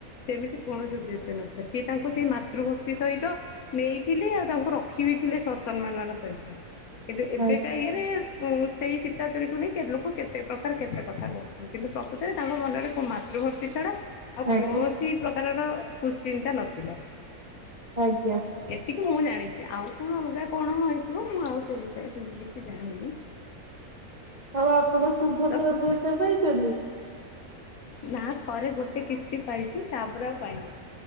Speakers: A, on the left; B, on the right.
A: ସେମିତି କୌଣସି ଉଦ୍ଦେଶ୍ୟ ନଥିଲା ସି ତାଙ୍କୁ ସେଇ ମାତୃଭକ୍ତି ସହିତ ନେଇଥିଲି ଆଉ ତାଙ୍କୁ ରଖି ବିି ଥିଲେ ସସମ୍ମାନର ସହିତ। କିନ୍ତୁ ଏବେକା
B: ଆଜ୍ଞା
A: ଇଏରେ ସେଇ ସୀତା ଚୋରିକୁ ନେଇ ଲୋକ କେତେ ପ୍ରକାର କେତେ କଥା କହୁଛନ୍ତି କିନ୍ତୁ ପ୍ରକୃତରେ ତାଙ୍କ ମନରେ କୁ ମାତୃ ମାତୃଭକ୍ତି ଛଡ଼ା ଆଉ
B: ଆଜ୍ଞା
A: କୌଣସି ପ୍ରକାରର କୁଶ୍ଚିନ୍ତା ନଥିଲା।
B: ଆଜ୍ଞା।
A: ଏତିକି ମୁଁ ଜାଣିଚି ଆଉ କଣ ଅଲଗା କଣ ହେଇଥିବ ମୁଁ ଆଉ ସେ ବିଷୟରେ ସେମିତି କିଛି କି ଜାଣିନି
B: ଆଉ ଆପଣ ସୁଭଦ୍ରା
A: ରଖୁଛି
B: ପଇସା ପାଇଚନ୍ତି?
A: ନା ଥରେ ଗୋଟେ କିସ୍ତି ପାଇଚି ତାପରେ ଆଉ ପାଇନି।